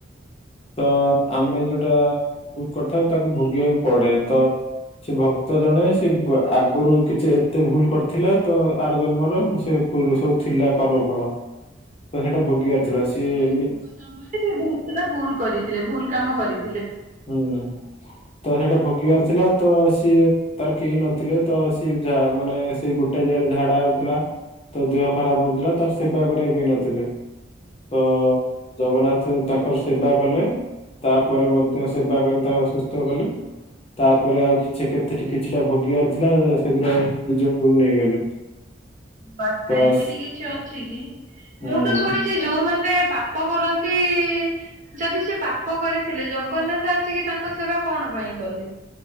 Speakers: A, on the left (about 30°); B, on the right (about 40°).
A: ତ ଆମେ ଯୋଉଟା କରିଥାଉ ତାକୁ ଭୋଗିବାକୁ ପଡେ ତ ସେ ଭକ୍ତ ଜଣେ ସେ ଆଗରୁ କିଛି ଏତେ ଭୁଲ କରିଥିଲା ତ ଆର ଜନ୍ମର ସେ ପୂର୍ବରୁ ସବୁ ଥିଲା କର୍ମଫଳ। ତ ସେଇଟା
B: ପୂର୍ବଜ
A: ଭୋଗିବାର ଥିଲା ସିଏ
B: ମାନେ
A: ଏମିତି
B: ପୂର୍ବଜନ୍ମରେ ସେଟା ଭୁଲ କରିଥିଲେ ଭୁଲ କାମ କରି
A: ହୁଁ ତ ସେଟା ଭୋଗିବାର ଥିଲା ତ ସିଏ ତାର କେହି ନଥିଲେ ତ ସିଏ ମାନେ ସେ ଗୋଟେ ଜାଗାରେ ଝାଡା ହଉଥିଲା ତାଦେହ ଖରାପ ହଉଥିଲା ତାର ସେବା କରିବାକୁ କିଏ ନଥିଲେ। ତ ଜଗନ୍ନାଥ ତାଙ୍କର ସେବା କଲେ ତାପରେ ମଧ୍ୟ ସେବା କରି ତାକୁ ଶୁସ୍ଥ କଲେ। ତାପରେ ଆଉ କିଛି କେତେଟି କିଛିଟା ଭୋଗିବାର ଥିଲା। ସେଗୁରା ନିଜ ଓପରୁକୁ ନେଇଗଲେ।
B: ବାଛା
A: ତ
B: ଏମିତି
A: ସ-
B: କିଛି ଅଛି କି?
A: ହୁଁ।
B: ମୁଁ ତ ଶୁଣିଛି ଯୋଉମାନେ ପାପ କରନ୍ତି ଯଦି ସେ ପାପ କରିଥିଲେ ଜଗନ୍ନାଥ ଆସିକି ତାଙ୍କ ସେବା କଣ ପାଇଁ କଲେ?